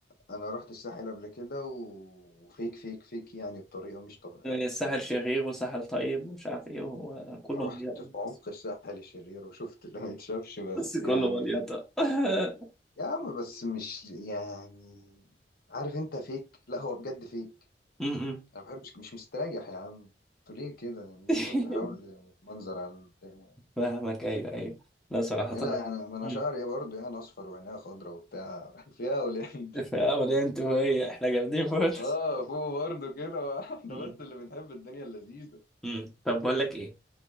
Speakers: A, on the left; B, in the centre.
A: انا رحت الساحل قبل كده و- وفيك فيك فيك يعني بطريقه مش طبيعيه
B: الساحل
A: كل
B: شرير
A: بيحر
B: وساحل طيب ومش عارف ايه وكله
A: رحت
B: مليان
A: في عمق
B: بس
A: الساحل الشرير وشفت اللي ما يتشافش بس
B: بس كله
A: يعني
B: مليان
A: ال-
B: <laughs>
A: يا عم بس مش يعني عارف انت فيك لا هو بجد فيك
B: م- م.
A: انا ما بحبش مش مستريح يا عم انتوا ليه كده يعني ليه
B: <laughs>
A: الكل بيحاول يتمنظر على اللي قدامه
B: فاهمك ايوه ايوه لا صراحة
A: هنا
B: لا
A: يعني ما انا
B: مم.
A: شعري برضه يعني اصفر وعينيها خضرا وبتاع <laughs> فيها اولاد
B: في انت وهي احنا جامدين برضه
A: اه فوق برضه كده <laughs> احنا
B: <laughs> مم.
A: بس اللي بنحب الدنيا اللذيذه
B: مم. طب بقول لك ايه